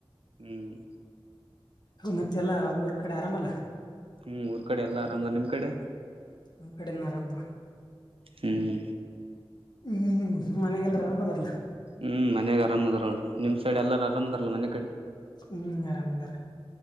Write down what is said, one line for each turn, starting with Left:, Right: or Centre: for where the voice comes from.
Right: ಹ್ಮ್
Left: ಮತ್ತೆಲ್ಲಾ ಊರ್ ಕಡೆ ಆರಾಮಲ್ಲ
Right: ಹ್ಮ್ೂಊರ್ ಕಡೆ ಎಲ್ಲಾರಾಮದ ನಿಮ್ ಕಡೆ
Left: ಹಮ್ಮ್ ಕಡೆನಾರಂಪ್ಪ
Right: ಹ್ಮ್
Left: ಹ್ಮ್ ಹ್ಮ್ ಮನೆಗೆಲ್ ಆರನ್ದಾರಲ್ಲ
Right: ಹ್ಮ್ ಮನ್ಯಾಗ ಆರಾಮ ಅದಾರ ಅವರು ನಿಮ್ ಸೈಡ್ ಎಲ್ಲಾರ ಅರ್ದಲ್ಲ ಮನೆ ಕಡೆ
Left: ಹ್ಮ್ ಆರಾಮದಾರೆ